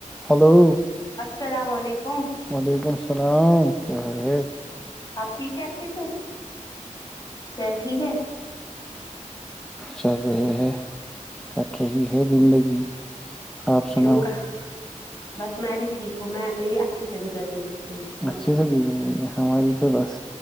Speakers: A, in the centre; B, on the left.
A: Hello
B: السلام علیکم
A: وعلیکم السلام کیا حال ہے
B: ہپ ٹھیک ہے اچھے سے سر ٹھیک ہے
A: چل رہے ہیں کٹ رہی ہے زندگی آپ سناؤ
B: کیوں کا بس میں بھی ٹھیک ہوں میں میری اچھی سے گزر رہی ہے زندگی
A: اچھے
B: ماشاء
A: سے
B: اللہ
A: گزندی ہماری تو بس